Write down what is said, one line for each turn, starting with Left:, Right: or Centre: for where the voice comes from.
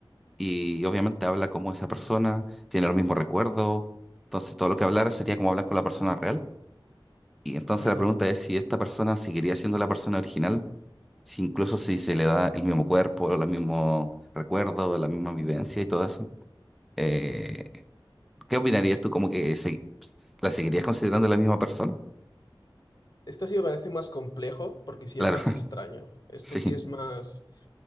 Centre: y obviamente habla como esa persona, tiene los mismos recuerdos, entonces todo lo que hablara sería como hablar con la persona real. Y entonces
Left: mm.
Centre: la pregunta es si esta persona seguiría siendo la persona original si incluso si se le da el mismo cuerpo, los mismos recuerdos, la misma vivencia y todo eso. Eh, ¿qué opinarías tú como que se- la seguirías considerando la misma persona?
Left: Este sí me parece más complejo porque sí
Centre: Claro,
Left: es más extraño. Este
Centre: <laughs>
Left: sí
Centre: sí.
Left: es más...